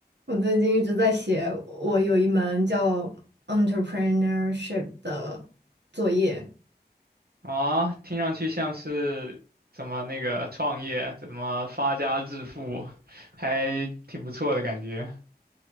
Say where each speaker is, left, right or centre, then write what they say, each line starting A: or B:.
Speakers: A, on the right (about 90°); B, on the right (about 65°).
A: 我最近一直在写，我有一门叫 entrepreneurship 的作业，
B: 啊，听上去像是怎么那个创业，怎么发家致富，还挺不错的感觉。<laughs>